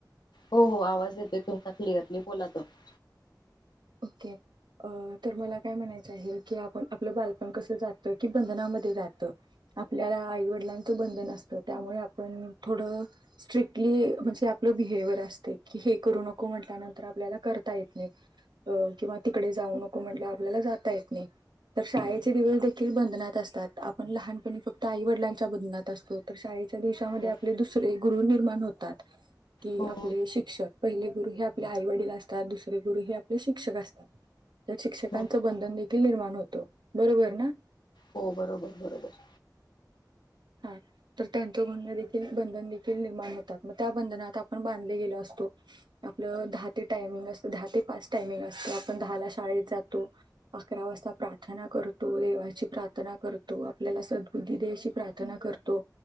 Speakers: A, on the left; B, on the right.
A: हो हो, आवाज येतोय तुमचा क्लिअरली, बोला तुम्ही.
B: ओके. अं तर मला काय म्हणायचं आहे, की आपण आपलं बालपण कसं जात? की बंधनामध्ये जातं. आपल्याला आईवडिलांचं बंधन असतं, त्यामुळे आपण थोडं स्ट्रिकली म्हणजे आपलं बिहेविअर असतय. की हे करू नको म्हटल्यानंतर आपल्याला करता येत नाही. अ किंवा तिकडे जाऊ नको म्हटलं आपल्याला जाता येत नाही. तर शाळेचे दिवस देखील बंधनात असतात, आपण लहानपणी फक्त आई वडिलांच्या बंधनात असतो. तर शाळेच्या दिवसामध्ये
A: हो
B: आपले दुसरे गुरु निर्माण होतात. कि
A: हो
B: आपले शिक्षक. पहिले गुरु हे आपले आई वडील असतात, दुसरे गुरु हे आपले शिक्षक असतात. त्यात शिक्षकांचं
A: हो
B: बंधन देखील निर्माण होतो, बरोबर ना?
A: हो बरोबर बरोबर.
B: हां, तर त्यांचं बंद देखील बंधन देखील निर्माण होतात, मग त्या बंधनात आपण बांधले गेलो असतो. आपलं दहा ते टायमिंग असत, दहा ते पाच टायमिंग असतं, आपण दहाला शाळेत जातो. अकरा वाजता प्रार्थना करतो, देवाची प्रार्थना करतो, आपल्याला सद्बबूद्धी दे अशी प्रार्थना करतो.